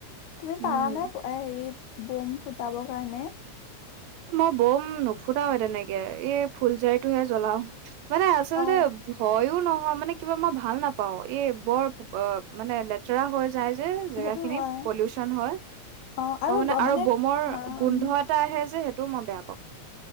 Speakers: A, on the left; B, on the right.
A: তুমি
B: উম
A: পাৰা নে হেৰি বম ফুটাবৰ কাৰণে
B: মই বম নুফুটাৱে তেনেকে এই ফুলজাৰিটোহে জ্বলাও মানে আচলতে
A: অ
B: ভয়ও নহ মানে কিবা মই ভাল নাপাওঁ এই বৰ মানে লেতেৰা হয় যাই যে জেগা
A: সেইটো
B: খিনি
A: হয়
B: পলিউচন হয়
A: অ
B: মই মানে
A: গ-
B: আৰু বমৰ
A: ঘৰৰ
B: গোন্ধ
A: উম
B: এটা আহে যে টো মই বেয়া পাওঁ